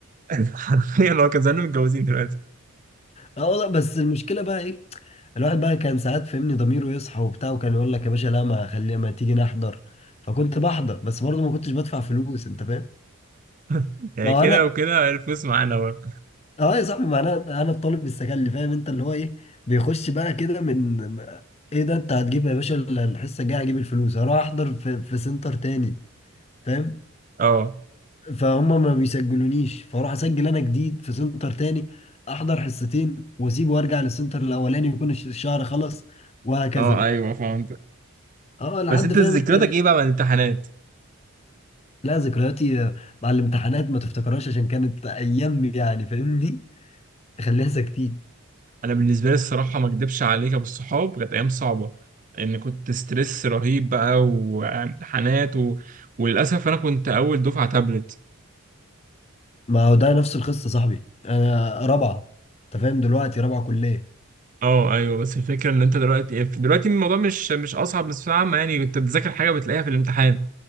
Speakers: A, on the right; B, on the left.
A: <laughs> حرفيا هو كان زمان متجوزين دلوقتي
B: اه والله بس المشكلة بقى ايه الواحد بقى كان ساعات فهمني ضميره يصحى وبتاع وكان يقول لك يا باشا لا ما خلي ما تيجي نحضر فكنت بحضر بس برضه ما كنتش بدفع فلوس انت فاهم
A: <laughs> يعني
B: ما هو
A: كده
B: انا
A: وكده الفلوس معانا برضه
B: اه يا صاحبي ما انا انا الطالب السكلي فاهم انت اللي هو ايه بيخش بقى كده من ايه ده انت هتجيب يا باشا الحصه الجايه هجيب الفلوس هروح احضر في, في سنتر تاني فاهم
A: اه
B: فهم ما بيسجلونيش فاروح اسجل انا جديد في سنتر تاني احضر حصتين واسيب وارجع للسنتر الاولاني يكون الش- الشهر خلص وهكذا
A: اه
B: بقى
A: ايوه فهمت
B: اه لحد
A: بس انت
B: فاهم
A: ذكرياتك
B: انت
A: ايه بقى من الامتحانات
B: لا ذكرياتي مع الامتحانات ما تفتكرهاش عشان كانت ايام يعني فاهمني خليها ساكتين
A: انا بالنسبه لي الصراحه ما اكدبش عليك يا ابو الصحاب كانت ايام صعبه ان كنت ستريس رهيب بقى وامتحانات و... وللاسف انا كنت اول دفعه تابلت
B: ما هو ده نفس القصه صاحبي انا رابعه انت فاهم دلوقتي رابعه كليه
A: اه ايوه بس الفكره ان انت دلوقتي دلوقتي الموضوع مش مش اصعب بس عامه يعني كنت بتذاكر حاجه بتلاقيها في الامتحان